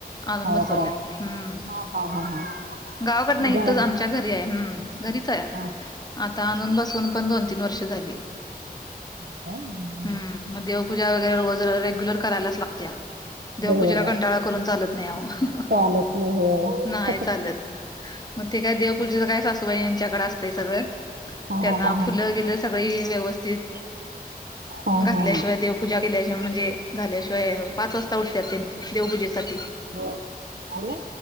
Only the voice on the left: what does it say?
आणून
बसवल्या हम्म..
गावाकड नाही
इथच
आमच्या घरी आहे, हम्म घरीच आहे,
आता आणून बसून पण दोन तीन वर्ष झाली.
हम् मग देवपूजा वगैरे रोज रेग्युलर करायलाच लागत्या देवपूजेला
कंटाळा करून चालत नाही, अहो
नाही चालत. मग ते काय देवपूजेच काय सासूबाई यांच्याकडे असतंय सगळं
त्यांना
फुलं
बिलं सगळी व्यवस्थित
घातल्याशिवाय
देवपूजा केल्याशिवाय म्हणजे झाल्याशिवाय पाच वाजता उठत्यात त्यांनी देवपूजेसाठी